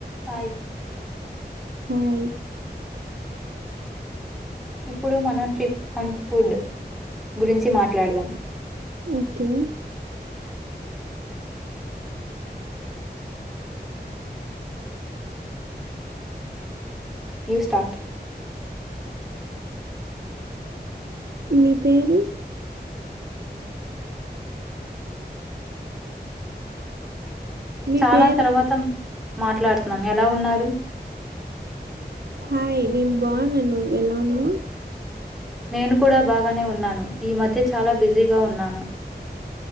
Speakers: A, in the centre; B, on the right.
A: హాయ్
B: హాయ్
A: ఇప్పుడు మనం ట్రిప్ అండ్ ఫుడ్ గురించి మాట్లాడదాం
B: ఓకే
A: యువ్ స్టార్ట్
B: మి పేరూ మీ
A: చాలా
B: పేరు
A: తర్వాతం మాట్లాడుతున్నాం ఎలా ఉన్నారు
B: హాయ్ నేను బావున్న నువ్వెలా ఉన్నావ్
A: నేను కూడా బాగానే ఉన్నాను ఈ మధ్య చాలా బిజీగా ఉన్నాను